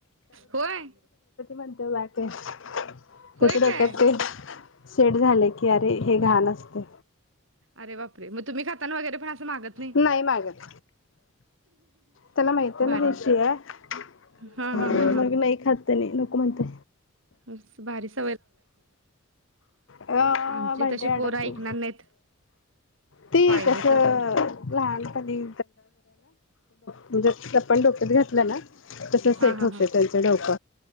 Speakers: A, on the right; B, on the left.
A: होय
B: पण त्या <unintelligible>
A: होय
B: तिकडे
A: काय
B: <unintelligible> सेट झालं की आरे हे घालच तू
A: अरे बापरे मग तुम्ही खाताना वगैरे पण असं मागत
B: नाही मागत त्यांना माहिती आहे
A: भारी
B: ना हे शीळ आहे
A: हा हा हा हा
B: मग नाही खात तेनी नको म्हणते
A: हम्म बारीस
B: या
A: आमचे
B: भंट्या
A: तसे
B: अडकील
A: पोरं ऐकणार नाहीत
B: ठीक
A: पाहिजे
B: आहे चल
A: तर
B: लहानपणे <unintelligible> जर चप्पल डोक्यात घातला ना तसं
A: हा
B: सेट
A: हा
B: होतय
A: हा
B: त्याचं डोक